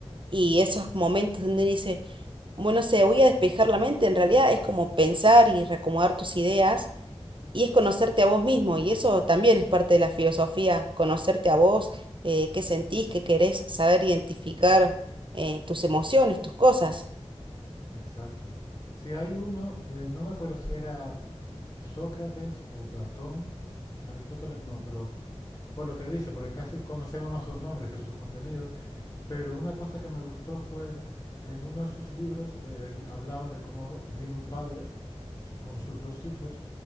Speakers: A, on the right; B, on the left.
A: y esos momentos donde dices bueno, sé, voy a despejar la mente, en realidad es como pensar y reacomodar tus ideas y es conocerte a vos mismo y eso también es parte de la filosofía, conocerte a vos, eh, qué sentís, qué querés, saber identificar eh, tus emociones, tus cosas.
B: Exacto. Si hay uno, eh, no me acuerdo si era Sócrates o Platón, Aristóteles no, pero por lo que dice, porque casi conocemos más sus nombres que sus contenidos, pero una cosa que me gustó fue en uno de sus libros, él hablaba de cómo vino un padre con sus dos hijos,